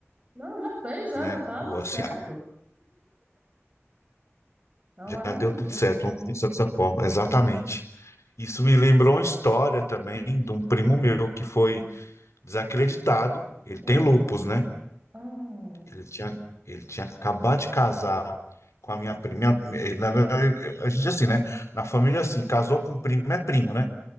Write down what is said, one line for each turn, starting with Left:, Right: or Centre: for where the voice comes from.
Right: Não, já fez, já,
Left: Né?
Right: já tá
Left: Ou
Right: tudo
Left: assim,
Right: certo.
Left: ah,
Right: É um
Left: já
Right: maravilhoso.
Left: deu tudo certo, vamos pensar dessa forma, exatamente. Isso me lembrou uma história também de um primo meu que foi desacreditado. Ele
Right: Hum,
Left: tem lupus, né?
Right: ah,
Left: Ele tinha, ele tinha acabado de casar com a minha prima. minha- ele- na verdade, a gente assim, né? Na família assim, casou com primo é primo, né?